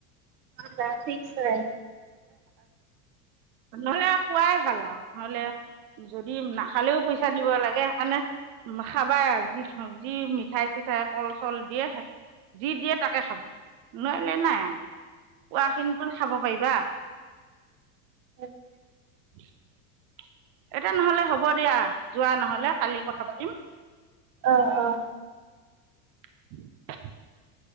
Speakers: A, on the right; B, on the right.
A: না ফিক্স হয়
B: নহলে খোৱাই ভাল আৰু নহলে যদি নাখালেও পইচা। দিব লাগে সেইকাৰণে উ খাবাই আৰু যি মিঠাই চিঠাই কল চল দিয়ে যি দিয়ে তাকে খাব নহ নাই আৰু কোৱা খিনিত টো খাব পাৰিবা
A: অকে
B: <inaudible> এতিয়া নহলে হ'ব দিয়া যোৱা নহলে কালি কথা পাতিম।
A: আহ আহ
B: <inaudible>